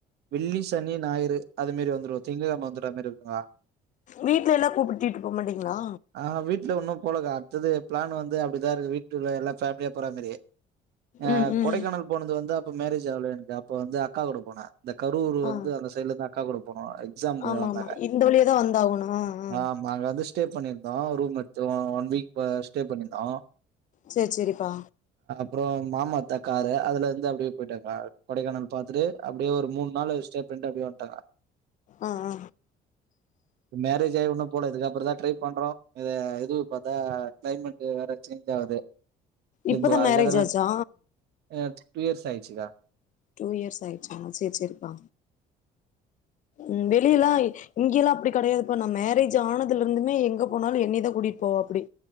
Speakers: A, on the right (about 75°); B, on the left (about 50°).
A: வெள்ளி சனி ஞாயிறு அது மாரி வந்துருவோ திங்கெழம வந்துற மாரி இருக்கு கா
B: வீட்ல எல்லா கூப்பிடிட்டு போ மாட்டீங்களா
A: ஆ வீட்ல உன்னும் போலங்க. அடுத்தது பிளான் வந்து அப்டி தா இருக்கு வீட்டு எல்லா ஃபேமிலியா போற மாரி ஆ
B: ம் ம்
A: கொடைக்கானல் போனது வந்து அப்ப மேரேஜ் ஆவல எனக்கு அப் அப்ப வந்து அக்கா கூட போனே இந்த கரூர்
B: ஆ
A: வந்து அந்த சைட்லதா அக்கா கூட போனோ எக்ஸாம்கு
B: ஆமா
A: வந்தாங்க
B: ஆமா இந்த வழியாதா வந்தாகணு ஆ ஆ
A: ஆம்மா அங்க வந்து ஸ்டே பண்ணிருந்தோ ரூம் எத்து ஒன் வீக் இப்ப ஸ்டே பண்ணிந்தோ
B: சேர் சேரிப்பா
A: அப்றோ மாமா அத்த காரு அதுல இருந்து அப்டே போய்ட்டேகா கொடைக்கானல் பாத்துட்டு அப்டியே ஒரு மூண் நாளு ஸ்டே பண்டு அப்டியே வண் டகா
B: அ அ
A: மேரேஜ் ஆயி உண்ணு போல இதுக்கப்றோ தா ட்ரை பண்றோ இது எது பாத்தா கிளைமேட் வேற சேஞ்ச் ஆவுது
B: இப்பதா
A: இப்போ அங்கதான
B: மேரேஜ் ஆச்சா
A: அ டூ இயர்ஸ் ஆயிச்சுக்கா
B: டூ இயர்ஸ் ஆயிற்ச்சா சர் சரிப்பா ம் வெளியலா இங்கேல்லா அப்டி கெடையாதுப்பா நா மேரேஜ் ஆனதுலருந்துமே எங்க போனாலு என்னையதா கூட்டிட் போவாப்டி